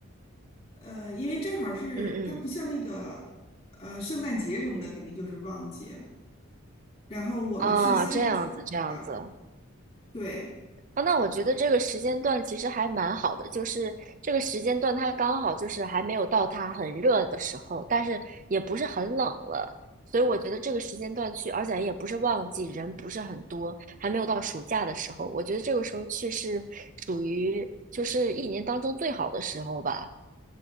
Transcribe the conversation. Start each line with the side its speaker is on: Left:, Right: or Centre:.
Left: 呃，因为正好是它不像那个
Right: 嗯嗯，
Left: 呃圣诞节什么的，肯定就是旺季，然后我们是三月初的，
Right: 啊，这样子，这样子
Left: 对。
Right: 啊，那我觉得这个时间段其实还蛮好的，就是这个时间段它刚好就是还没有到它很热的时候，但是也不是很冷了，所以我觉得这个时间段去，而且也不是旺季，人不是很多，还没有到暑假的时候，我觉得这个时候去是属于就是一年当中最好的时候吧。